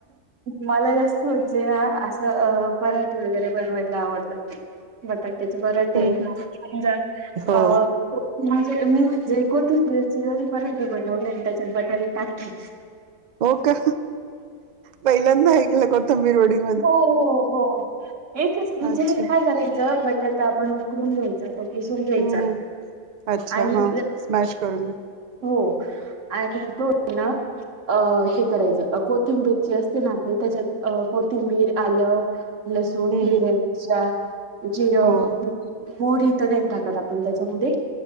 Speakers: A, on the right; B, on the right.
A: मला जास्त होजे ना असं पराठे वगैरे बनवायला आवडतात बटाट्याच बरटज
B: हम्म
A: अ
B: हो
A: माझे मी म्हणजे कोतंची जरी परायते बनवले आणि त्याच्यात बटारी टाकली
B: हो का पहिल्यांदा ऐकलं कोथंबीर वडील
A: हो हो हो एकच म्हणजे
B: अच्छा
A: काय करायचं बटत आपण उकडून घ्यायचा तो पिसून घ्यायचा
B: हम्म हम्म अच्छा
A: आणि
B: हा स्मॅश करून घे
A: हो आणि तो होत ना अ हे करायचं कोथिंबीर जी असते ना आपली त्याच्यात अ तिंबीर आलं लसूण
B: हम्म
A: हिरव्या
B: हम्म
A: मिरच्या जिरं
B: हो
A: मोरी तर नाही टाकत आपण त्याच्यामध्ये